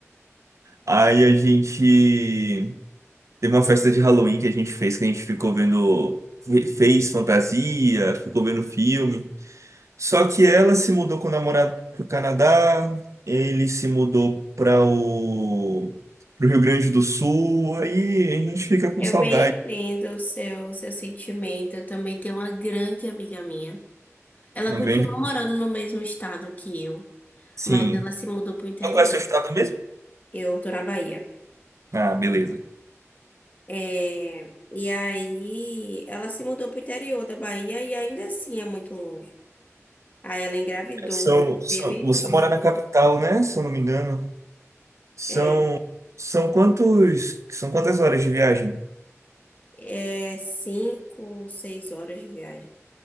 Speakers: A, on the right (about 70°); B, on the left (about 30°).
A: Aí a gente teve uma festa de Halloween que a gente fez, que a gente ficou vendo, fe- fez fantasia, ficou vendo filme. Só que ela se mudou com o namorado pro Canadá, ele se mudou para o pro Rio Grande do Sul, aí a gente fica com
B: eu
A: saudade.
B: bem entendo o seu, seu sentimento. Eu também tenho uma grande amiga minha. Ela
A: no
B: continua
A: grande,
B: morando no mesmo estado que eu,
A: sim.
B: mas ela se mudou para o interior.
A: Qual é o seu estado mesmo?
B: Eu tô na Bahia.
A: Ah, beleza.
B: É, E aí, ela se mudou para o interior da Bahia e ainda assim é muito longe. Aí ela engravidou,
A: São, são,
B: teve
A: você
B: filho.
A: mora na capital, né? Se eu não me engano. São,
B: é,
A: são quantos, são quantas horas de viagem
B: É cinco, seis horas de viagem.